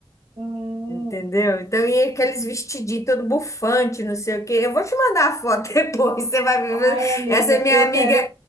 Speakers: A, on the right; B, on the left.
A: Hum.
B: Entendeu? Então, e aqueles vestidinhos todo bufante, não sei o quê. Eu vou te mandar a foto <laughs> depois, você vai ver.
A: Ai, amiga,
B: Essa é minha
A: eu
B: amiga,
A: quero,